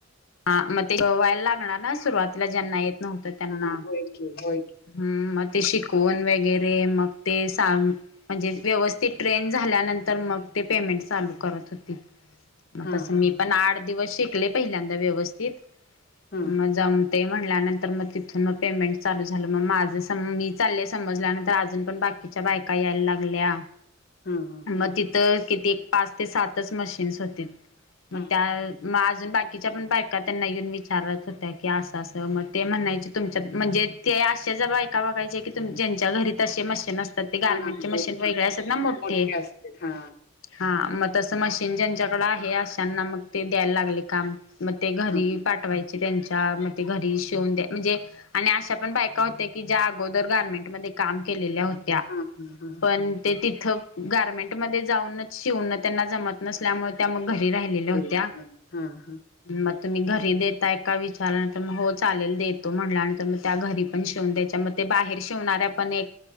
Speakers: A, on the left (about 75°); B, on the left (about 50°).
A: हा मग ते व्हायला लागणार ना सुरुवातीला ज्यांना येत नव्हतं त्यांना
B: हा
A: हम्म
B: होय की होय की.
A: मग ते शिकवून वगैरे मग ते सा म्हणजे व्यवस्थित ट्रेन झाल्यानंतर मग ते पेमेंट चालू करत होती. मग
B: हा
A: तसं
B: हा
A: मी
B: हा
A: पण आठ दिवस शिकले पहिल्यांदा व्यवस्थित
B: हा
A: मग जम ते म्हणल्यानंतर मग तिथून मग पेमेंट चालू झालं मग माझं मी चालले समजल्यानंतर अजून पण बाकी किच्या बायका आयला लागला.
B: हा हा
A: मग तिथ कि पाच ते सातच मशीन् होते
B: हा
A: मग त्या अजून बाकी बाकीच्या पण बायका त्यांना येऊन विचारत होत्या की असं असं मग ते म्हणयचे तुमच्या म्हणजे ते आशा ज्या बायका बघायचे की तुम ज्यांच्या घरीत असे मशीन असते. ते गार्मेंटचे
B: हा
A: मशीन
B: होय की.
A: वगरे असतात ना मोठे
B: असते हा
A: हा मग तसं मशीन ज्यांच्याकडे आहे अशांना मग ते द्यायला लागले काम मग ते घरी
B: हा
A: पाठवायचे त्यांच्या मग ते घरी शिवून द्या म्हणजे आणि अशा पण बायका होत्या की ज्या अगोदर गार्मेंटमध्ये काम केलेल्या होत. त्या
B: हा हा हा.
A: पण ते तिथं गारमेंट मध्ये जाऊन शिवन त्यांना जमत नसल्यामुळे त्या मग घरी राहिलेल्या
B: तरी
A: होत्या.
B: हा हा हा
A: मग तुम्ही घरी देताय का विचारल्यानंतर मग हो चालेल देतो म्हटल्यानंतर मग त्या घरी पण शिवून द्यायच्या मग ते बाहेर शिवणाऱ्या पण एक